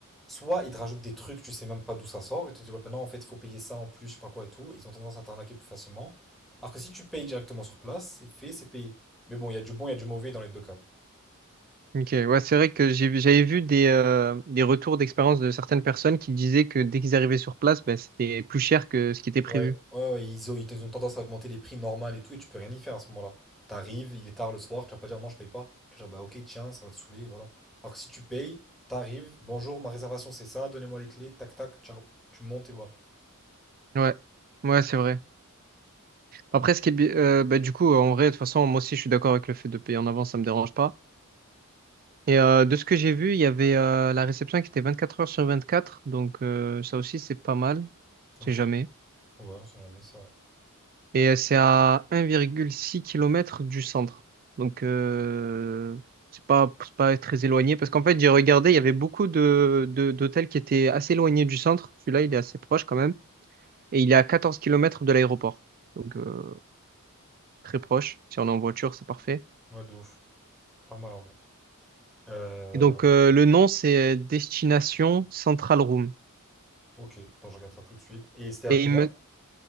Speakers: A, in the centre; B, on the right.
A: soit ils te rajoutent des trucs, tu sais même pas d'où ça sort, et tu te dis, ouais, ben non, en fait, il faut payer ça en plus, je sais pas quoi et tout. Ils ont tendance à t'arnaquer plus facilement. Alors que si tu payes directement sur place, c'est fait, c'est payé. Mais bon, il y a du bon, il y a du mauvais dans les deux cas.
B: Ok, ouais, c'est vrai que j'ai vu- j'avais vu des, euh, des retours d'expérience de certaines personnes qui disaient que dès qu'ils arrivaient sur place, bah, c'était plus cher que ce qui était prévu.
A: Ouais. Ouais, ouais, ils ont, ils ont tendance à augmenter les prix normal et tout, et tu peux rien y faire à ce moment-là. T'arrives, il est tard le soir, tu vas pas dire non, je paye pas. Tu vas dire, bah ok, tiens, ça va te saouler, voilà. Alors que si tu payes, t'arrives, bonjour, ma réservation c'est ça, donnez-moi les clés, tac tac, ciao. Tu montes et voilà.
B: Ouais, ouais, c'est vrai. Après, ce qui est, bi- euh, bah, du coup, en vrai, de toute façon, moi aussi, je suis d'accord avec le fait de payer en avance, ça me dérange pas. Et euh, de ce que j'ai vu, il y avait euh, la réception qui était 24 heures sur 24, donc euh, ça aussi, c'est pas mal. C'est
A: Ok.
B: jamais.
A: Ouais, on sait jamais, c'est vrai.
B: Et euh, c'est à 1,6 kilomètre du centre. Donc, euh, c'est pas, c'est pas très éloigné. Parce qu'en fait, j'ai regardé, il y avait beaucoup de, de- d'hôtels qui étaient assez éloignés du centre. Celui-là, il est assez proche quand même. Et il est à 14 kilomètres de l'aéroport. Donc, euh, très proche. Si on est en voiture, c'est parfait.
A: Ouais, de ouf. Pas mal en vrai. Euh,
B: Et donc, euh, le nom, c'est Destination Central Room.
A: ok, attends, je regarde ça tout de suite. Et c'était à
B: Et
A: combien?
B: il me...